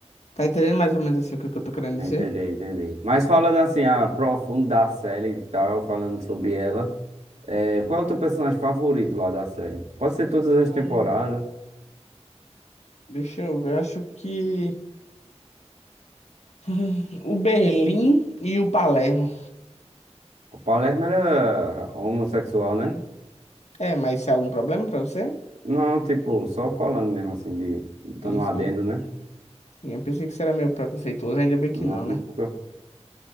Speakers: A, on the left; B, on the right.
A: tá entendendo mais ou menos assim o que que eu tô querendo
B: Entendi,
A: dizer?
B: entendi. Mas falando assim, a profundo da série e tal, falando sobre ela, é, qual é o teu personagem favorito lá da série? Pode ser todas as temporadas.
A: Hum, Deixa eu ver, eu acho que <laughs> o Berlim e o Palermo.
B: O Palermo era homossexual, né?
A: É, mas se há algum problema pra você?
B: Não, tipo, só falando mesmo assim, de, botando
A: Sim,
B: um
A: sim,
B: adendo, né?
A: sim. Eu pensei que você era meio preconceituoso, ainda bem
B: Não,
A: que não,
B: nunca.
A: né?